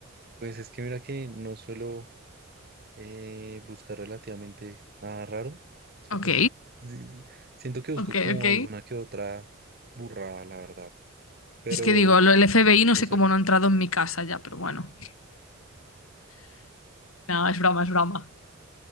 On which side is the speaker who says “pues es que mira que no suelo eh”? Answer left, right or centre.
Right